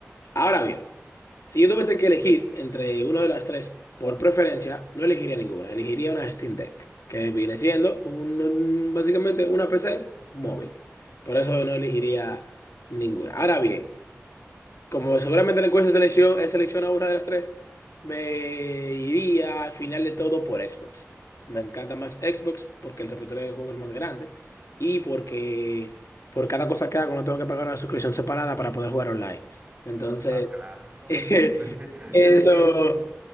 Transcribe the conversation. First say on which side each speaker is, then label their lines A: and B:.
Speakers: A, on the left (about 90°); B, on the right (about 35°).
A: Ahora bien, si yo tuviese que elegir entre uno de las tres, por preferencia, no elegiría ninguna. Elegiría una Steam Deck, que viene siendo un- un- básicamente una PC móvil. Por eso no elegiría ninguna. Ahora bien como seguramente el encuesta selección, he seleccionado una de las tres, me iría al final de todo por Xbox. Me encanta más Xbox porque el repertorio de juegos es más grande y porque por cada cosa que hago no tengo que pagar una suscripción separada para poder jugar online. Entonces,
B: Ah, claro.
A: <laughs>
B: <laughs>
A: eso
B: Yo, yo-